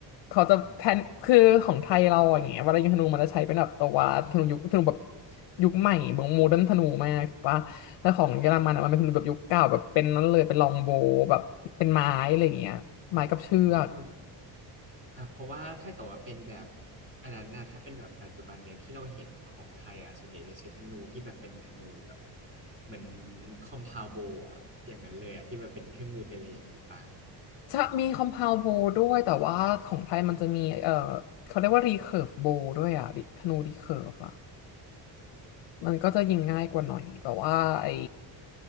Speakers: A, on the left; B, on the right.
A: เขาจะแพลนคือของไทยเราอย่างเงี้ยเวลายิงธนูมันจะใช้เป็นแบบตัวธนูยุคธนูแบบยุคใหม่เหมือนโมเดิร์นธนูมากถูกปะแต่ของเยอรมันอะมันเป็นธนูแบบยุคเก่าแบบเป็นนั้นเลยเป็นลองโบว์แบบเป็นไม้อะไรอย่างเงี้ยไม้กับเชือก
B: อ๋อเออ อ่าเพราะว่าถ้าเกิดว่าเป็นแบบอันนั้นนะถ้าเป็นแบบปัจจุบันเนี่ยที่เราเห็นของไทยอ่ะส่วนใหญ่จะใช้ธนูที่แบบเป็นธนูแบบเหมือนคอมพาวโบอ่ะอย่างนั้นเลยอ่ะที่แบบเป็นเครื่องมือเป็นอะไรอย่างนี้ปะ
A: จะมีคอม p พ u ว d โบด้วยแต่ว่าของไทยมันจะมี เออเขาเรียกว่ารีเคิร์ฟโบด้วยอ่ะดิธนูรีเคิร์ฟอ่ะมันก็จะยิงง่ายกว่าหน่อยแต่ว่าไอ